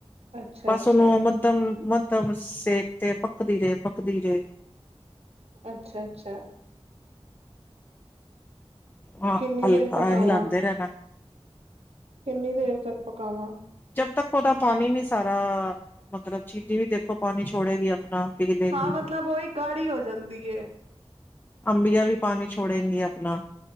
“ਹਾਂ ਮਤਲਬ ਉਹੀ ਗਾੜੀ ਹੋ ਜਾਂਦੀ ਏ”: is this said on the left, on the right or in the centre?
Right